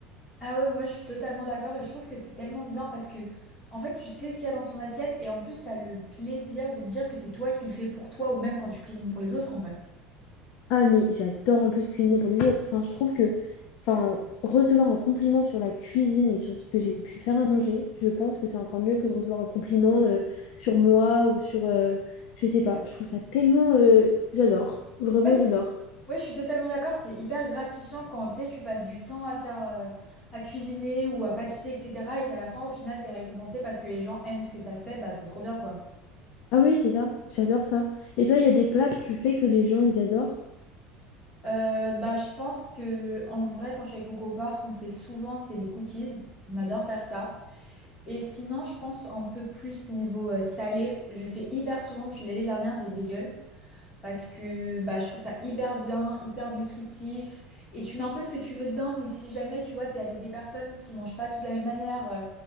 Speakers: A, on the left; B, on the left.
A: Ah ouais, moi je suis totalement d'accord et je trouve que c'est tellement bien parce que en fait tu sais ce qu'il y a dans ton assiette et en plus t'as le plaisir de te dire que c'est toi qui le fais pour toi ou même quand tu cuisines pour les autres en vrai.
B: Ah, mais j'adore en plus cuisiner pour les autres. Enfin, je trouve que enfin, recevoir un compliment sur la cuisine et sur ce que j'ai pu faire à manger, je pense que c'est encore mieux que de recevoir un compliment euh, sur moi ou sur... euh, je sais pas, je trouve ça tellement... euh, j'adore, vraiment
A: Ouais, c'est-
B: j'adore.
A: ouais, je suis totalement d'accord, c'est hyper gratifiant quand tu sais tu passes du temps à faire euh, à cuisiner ou à pâtisser etc. et qu'à la fin au final t'es récompensé parce que les gens aiment ce que t'as fait, bah c'est trop bien quoi.
B: Ah oui, c'est ça, j'adore ça. Et toi, il y a des plats que tu fais que les gens, ils adorent?
A: Euh, bah je pense que en vrai quand je suis avec mon copain ce qu'on fait souvent c'est des cookies, on adore faire ça. Et sinon, je pense un peu plus niveau euh, salé. Je fais hyper souvent depuis l'année dernière des bagels parce que bah, je trouve ça hyper bien, hyper nutritif. Et tu mets un peu ce que tu veux dedans. Donc si jamais tu vois, t'es avec des personnes qui mangent pas toutes de la même manière, euh,